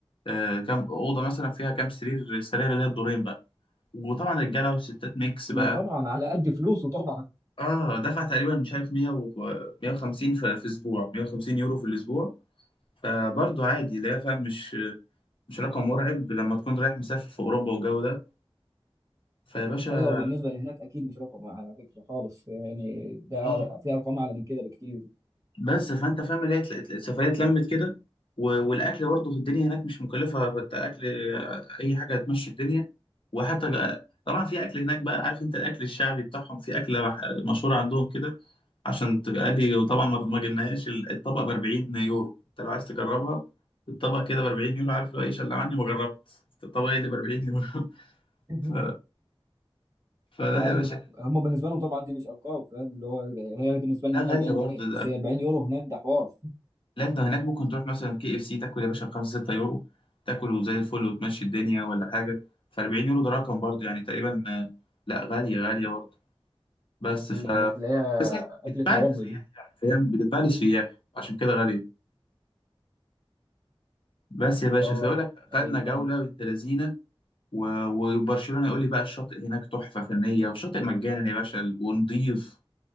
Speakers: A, on the left (about 60°); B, on the right (about 30°).
A: آه كام اوضه مثلا فيها كام سرير سرير اللي هي الدورين بقى وطبعا رجاله وستات ميكس
B: ما
A: بقى
B: طبعا على قد فلوسه طبعا
A: اه دفع تقريبا مش عارف 100 و 150 في في اسبوع 150 يورو في الاسبوع فبرضه عادي لا فاهم مش مش رقم مرعب لما تكون رايح مسافر في اوروبا والجو ده فيا باشا
B: ايوه بالنسبه لهناك اكيد مش رقم على فكره خالص يعني ده
A: اه
B: في ارقام اعلى من كده بكتير
A: بس فانت فاهم اللي هي تل- تل- السفريه اتلمت كده و- والاكل برضو في الدنيا هناك مش مكلفه بت- اكل آه، اي حاجه هتمشي الدنيا وحتى جا- طبعا في اكل هناك بقى عارف انت الاكل الشعبي بتاعهم في اكله مح- مشهوره عندهم كده عشان تقلي وطبعا ما ما جبناهاش ال- الطبق ب 40 يورو انت لو عايز تجربها الطبق كده ب 40 يورو عارف لو ايه شلة عني ما جربت الطبق اللي ب 40 يورو <laughs>
B: <laughs>
A: ف... فلا
B: ما ايوه
A: يا باشا
B: هم بالنسبه لهم طبعا دي مش ارقام فاهم اللي هو هي بالنسبه لنا
A: ده
B: هنا
A: غاليه
B: 40
A: برضه
B: جنيه بس هي 40 يورو هناك ده حوار
A: لا انت هناك ممكن تروح مثلا كي اف سي تاكل يا باشا بخمسة ستة يورو تاكل وزي الفل وتمشي الدنيا ولا حاجة فأربعين يورو ده رقم برضه يعني تقريبا آه، لا غالية غالية برضه بس
B: دي
A: ف
B: دي تلاقيها
A: بس هي بتتباع
B: اكله العمر
A: كسياح
B: دي
A: يعني فاهم بتتباع للسياح عشان كده غالية بس يا باشا
B: اه
A: فيقول لك خدنا
B: ايوه
A: جولة
B: فاهم
A: بنت لذينة و- وبرشلونة يقول لي بقى الشاطئ هناك تحفة فنية والشاطئ مجانا يا باشا ونضيف